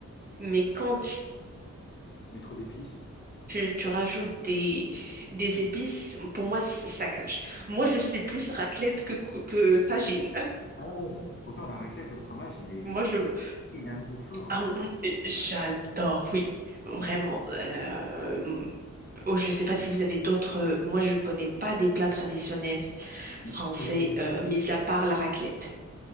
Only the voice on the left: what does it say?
je mets trop d'épices.
Ah ouais, ouais. Pourtant la raclette, le fromage, il est
il a un goût fort, hein,
quand
Ouais
et
puis, heu,